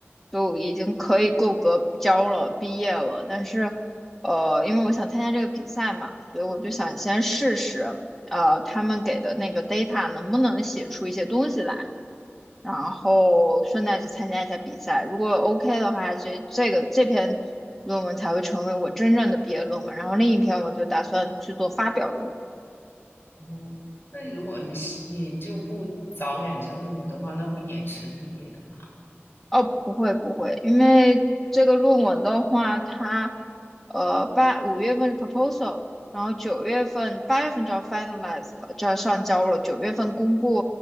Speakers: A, in the centre; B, on the left.
A: 就已经可以够格交了，毕业了，但是呃，因为我想参加这个比赛嘛，所以我就想先试试，呃，他们给的那个 data 能不能写出一些东西来。然后顺带去参加一下比赛。如果 OK 的话，这这个这篇论文才会成为我真正的毕业论文。然后另一篇我就打算去做发表用。
B: 哦，那如果你是你就不早点交论文的话，那会延迟毕业的嘛？
A: 哦，不会不会，因为这个论文的话，它呃八五月份是 proposal，然后九月份八月份就要 finalize 了，就要上交了，九月份公布